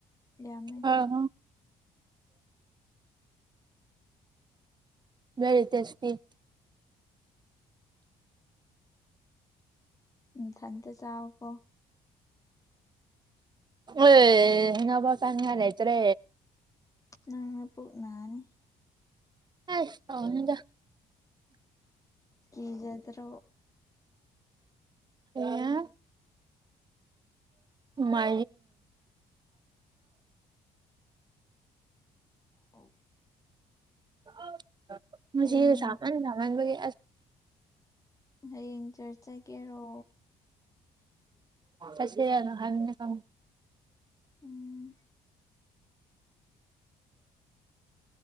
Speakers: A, on the left (about 20°); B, on the right (about 25°).
A: ꯌꯥꯝꯃꯦ
B: ꯑ ꯕꯦꯔꯤ ꯇꯦꯁꯇꯤ ꯫
A: ꯅꯊꯟꯇ ꯆꯥꯎꯌꯣꯀꯣ ꯫
B: ꯎ ꯉꯕꯥꯛ ꯆꯥꯅꯤꯉꯥꯏ ꯂꯩꯇ꯭ꯔꯦ
A: ꯅꯪꯅ ꯄꯨꯛꯅꯅꯤ
B: ꯑꯁ ꯇꯧꯅꯨꯗ
A: ꯀꯤꯖꯥꯗ꯭ꯔꯣ
B: ꯑꯦ ꯃ
A: ꯑ
B: ꯁꯃꯅ
A: ꯍꯌꯦꯡ
B: ꯁꯃꯅꯦ
A: ꯍꯌꯦꯡ ꯆꯔꯁ ꯆꯠꯒꯦꯔꯣ
B: ꯆꯠꯁꯦꯅ ꯍꯥꯝꯅꯦ ꯈꯪꯗꯦ
A: ꯎꯝ